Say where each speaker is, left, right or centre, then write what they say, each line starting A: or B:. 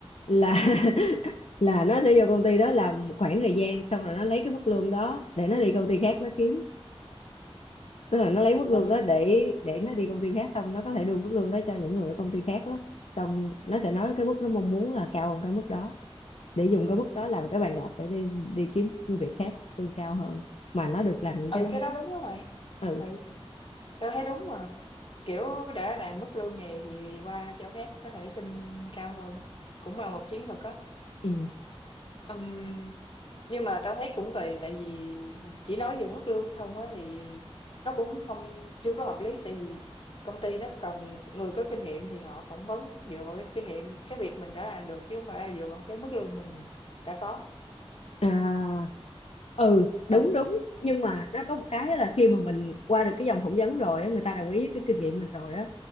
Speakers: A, on the left (about 75°); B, on the left (about 55°).
A: là <laughs> là nó sẽ vô công ty đó làm một khoảng thời gian xong rồi nó lấy cái mức lương đó để nó đi công ty khác nó kiếm tức là nó lấy mức
B: Ừ, mà-
A: lương đó để để nó đi công ty khác xong nó có thể đưa mức lương đó cho những người ở công ty khác đó. xong nó sẽ nói cái mức nó mong muốn là cao hơn cái mức đó để dùng cái mức đó làm cái bàn đạp để đi đi kiếm việc khác lương cao hơn mà nó được làm những cái
B: ừ
A: nó
B: cái
A: muốn
B: đó đúng á mày,
A: ừ
B: ừ, tao thấy đúng mà, kiểu, đã làm mức lương này thì qua chỗ khác có thể xin cao hơn, cũng là một chiến thuật á.
A: ừ
B: Ừm. Nhưng mà tao thấy cũng tùy, tại vì chỉ nói về mức lương không á thì nó cũng không chưa có hợp lý, tại vì công ty nó cần người có kinh nghiệm thì họ phỏng vấn dựa vào cái kinh nghiệm, cái việc mình đã làm được chứ không phải là dựa vào cái mức lương mình đã có.
A: à ừ đúng
B: Ừ,
A: đúng nhưng mà nó có một cái là khi mà mình qua được cái vòng phỏng vấn rồi á người ta đồng ý với cái kinh nghiệm mình rồi á